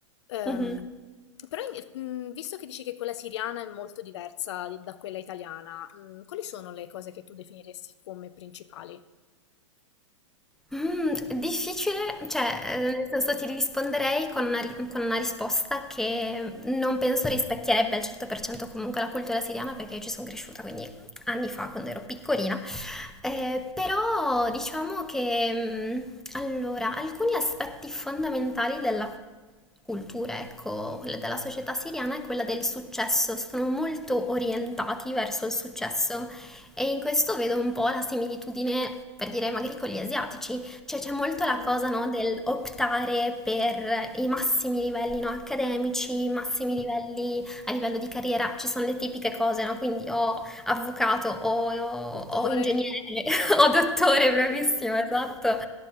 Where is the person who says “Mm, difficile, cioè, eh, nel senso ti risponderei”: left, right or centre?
Centre